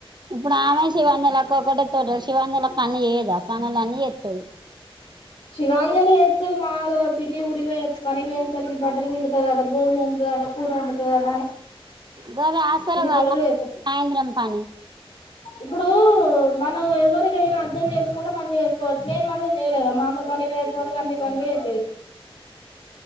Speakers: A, on the right (about 45°); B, on the left (about 65°).
A: ఇప్పుడు ఆమె శివాన్న లెక్క ఒకటైతడు శివన్న లెక్క అన్ని చేయదు పనులన్నీ చేస్తదీ
B: శివాంజని చేస్తది మా పిన్నీ ఊరిగి పో పని పోయేసరికి బటలు పిండుతదాట బోల్ తోముతాదట కూర ఉండుతదాట
A: గమే ఆసర గాద
B: పనులు చేత్తది
A: సాయంత్రం పని
B: ఇప్పుడు మనం ఎవరికైనా ర్థం చేసుకుంటె మంచిగా చేసుకోవచ్చు నేను మన్ నెన్ చెయ్యలేదా మా పనికి పోయోచేవరికి అన్నీ పనులు చేసుకో